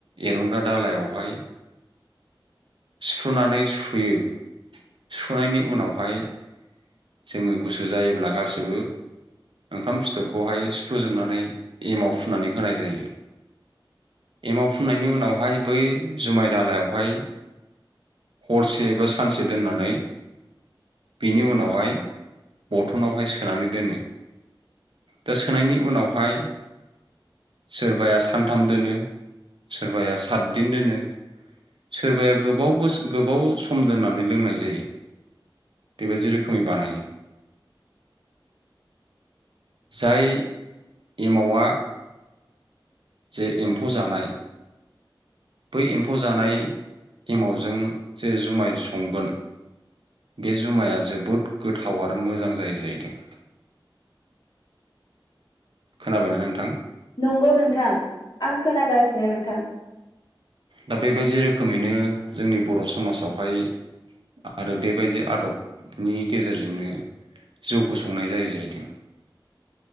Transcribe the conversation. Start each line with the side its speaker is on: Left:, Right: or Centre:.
Right: एर'नग्रा दालायावहाय सिफ्रुनानै सुहोयो। सुनायनि उनावहाय जोङो गुसु जायोब्ला गासैबो ओंखाम फिथरखौहाय सुफ्रुजोबनानै एमाव फुननानै होनाय जायो एमाव फुननायनि उनावहाय बै जुमाय दालायावहाय हरसे बा सानसे दोननानै बेनि उनावहाय बथनावहाय सोनानै दोनो दा सोनायनि उनावहाय सोरबाया सा सानथाम दोनो सोरबाया सातदिन दोनो सोरबाया गोबावबो गोबाव सम दोननानै लोंनाय जायो बेबादि रोखोमै बानायो। जाय एमावआ जे एम्फौ जानाय बै एम्फौ जानाय एमावजों जे जुमाय संगोन बे जुमाया जोबोद गोथाव आरो मोजां जायो जाहैदों। खोनाबायना नोंथां।
Left: नंगौ नोंथां आं खोनागासिनो नोंथां।
Right: दा बेबायदि रोखोमैनो जोंनि बर' समाजावहाय आरो बेबायदि आदबनि गेजेरजोंनो जौखौ संनाय जायो जाहैदों।